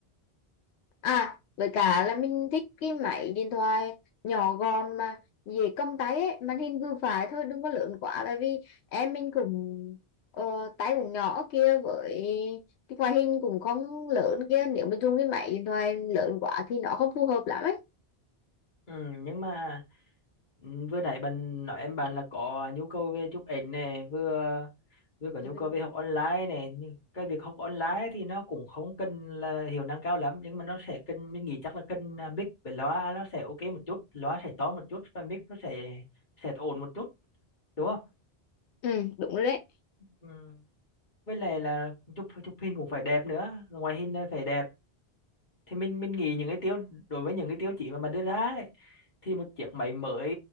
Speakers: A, on the left; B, on the left.
A: À, với cả là mình thích cái máy điện thoại nhỏ gọn mà dễ cầm tay ấy, màn hình vừa phải thôi, đừng có lớn quá tại vì em mình cũng ờ, tay cũng nhỏ kia với cái ngoại hình cũng không lớn kia, nếu mà dùng cái máy điện thoại lớn quá thì nó không phù hợp lắm ấy.
B: Ừ, nhưng mà ừ, vừa nãy bạn nói em bạn là có nhu cầu về chụp ảnh này vừa vừa có nhu
A: Ừ.
B: cầu về học online này nhưng cái việc học online thì nó cũng không cần là hiệu năng cao lắm nhưng mà nó sẽ cần mình nghĩ chắc là cần à, mic với loa nó sẽ ok một chút loa sẽ to một chút và mic nó sẽ sẽ ổn một chút đúng không
A: Ừ, đúng rồi đấy.
B: ừ. với lại là chụp chụp hình cũng phải đẹp nữa ngoại hình nó phải đẹp thì mình mình nghĩ những cái tiêu đối với những cái tiêu chí mà mình đưa ra ấy, thì một chiếc máy mới